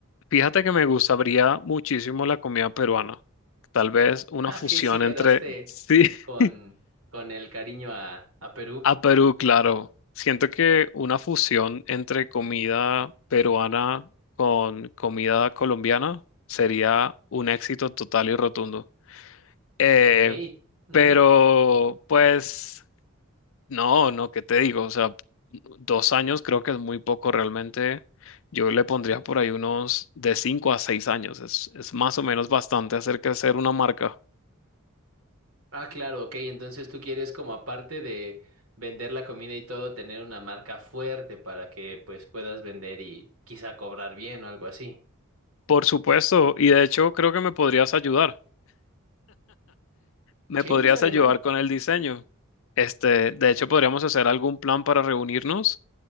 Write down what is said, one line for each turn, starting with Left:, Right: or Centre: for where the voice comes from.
Left: Fíjate que me gustaría muchísimo la comida peruana. Tal vez una
Right: Ah,
Left: fusión
Right: que sí quedaste
Left: entre... Sí.
Right: con,
Left: <laughs>
Right: con el cariño a, a Perú.
Left: A Perú, claro. Siento que una fusión entre comida peruana con comida colombiana sería un éxito total y rotundo. Eh,
Right: Ok. ujú.
Left: pero, pues, no, no, ¿qué te digo? O sea, dos años creo que es muy poco realmente. Yo le pondría por ahí unos de cinco a seis años. Es, es más o menos bastante hacer crecer una marca.
Right: Ah, claro, ok. Entonces tú quieres como aparte de vender la comida y todo, tener una marca fuerte para que pues puedas vender y quizá cobrar bien o algo así.
Left: Por supuesto, y de hecho creo que me podrías ayudar. ¿Me
Right: Sí,
Left: podrías
Right: no estaría
Left: ayudar
Right: mal.
Left: con el diseño? Este, de hecho, podríamos hacer algún plan para reunirnos